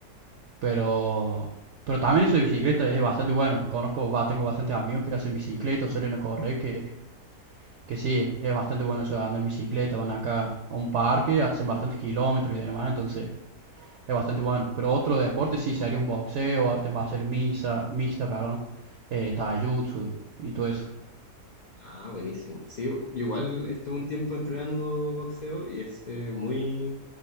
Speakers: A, on the right; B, on the left.
A: Pero, pero también eso de bicicleta es bastante bueno. Conozco, va, tengo bastantes amigos que hacen bicicleta, o suelen a correr, que, que sí, es bastante bueno eso de andar en bicicleta. Van acá a un parque, hacen bastantes kilómetros y demás, entonces es bastante bueno. Pero otro deporte sí sería un boxeo, artes marciales mixtas, mixta, eh, taijutsu y todo eso.
B: Ah, buenísimo. Sí, yo igual estuve un tiempo entrenando boxeo y es eh, muy,